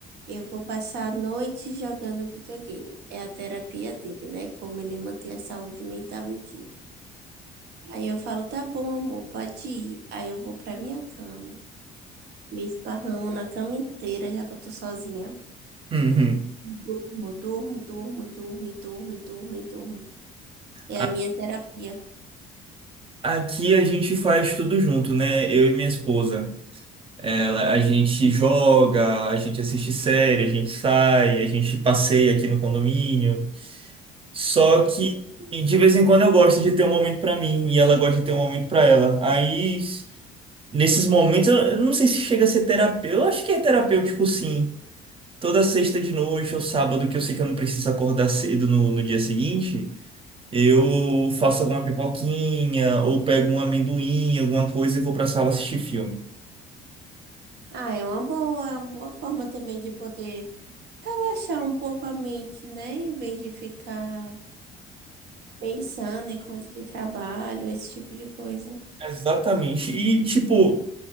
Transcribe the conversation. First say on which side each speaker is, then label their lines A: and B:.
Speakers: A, on the right; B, on the right.
A: Eu vou passar a noite jogando videogame. É a terapia dele, né? Como ele mantém a saúde mental em dia. Aí eu falo: Tá bom, amor, pode ir. Aí eu vou pra minha cama. Me esparramo na cama inteira, já que eu tô sozinha.
B: Uhum.
A: Durmo, durmo, durmo, durmo, e durmo, e durmo, e durmo. É
B: A-
A: a minha terapia.
B: Aqui a gente faz tudo junto, né? Eu e minha esposa. Ela, a gente joga, a gente assiste série, a gente sai, a gente passeia aqui no condomínio. Só que e de vez em quando eu gosto de ter um momento pra mim e ela gosta de ter um momento pra ela. Aí, nesses momentos, eu, eu não sei se chega a ser terapêutico. Eu acho que é terapêutico, sim. Toda sexta de noite ou sábado, que eu sei que eu não preciso acordar cedo no, no dia seguinte, eu faço alguma pipoquinha ou pego um amendoim, alguma coisa e vou pra sala assistir filme.
A: Ah, é uma boa, é uma boa forma também de poder relaxar um pouco a mente, né? Em vez de ficar pensando em coisa de trabalho, esse tipo de coisa.
B: Exatamente. E, tipo,